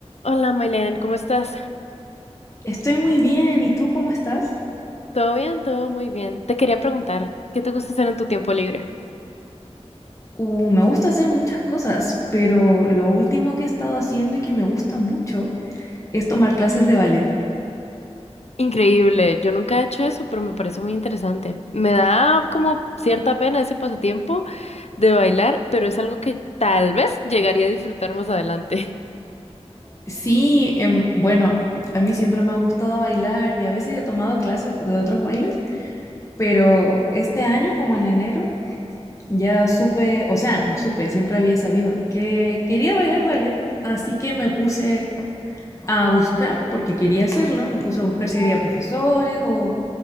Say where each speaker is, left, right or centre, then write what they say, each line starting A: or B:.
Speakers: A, on the left (about 70°); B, on the left (about 25°).
A: Hola, Mailen, ¿cómo estás?
B: Estoy muy bien, ¿y tú cómo estás?
A: ¿Todo bien? Todo muy bien. Te quería preguntar, ¿qué te gusta hacer en tu tiempo libre?
B: Uh, me gusta hacer muchas cosas, pero lo último que he estado haciendo y que me gusta mucho es tomar clases de ballet.
A: Increíble, yo nunca he hecho eso, pero me parece muy interesante. Me da como cierta pena ese pasatiempo de bailar, pero es algo que tal vez llegaría a disfrutar más adelante.
B: Sí, em, bueno, a mí siempre me ha gustado bailar y a veces he tomado clases de otros bailes, pero este año, como en enero, ya supe, o sea, no supe, siempre había sabido que quería bailar ballet, así que me puse a buscar, porque quería hacerlo, me puse a buscar si había profesores o,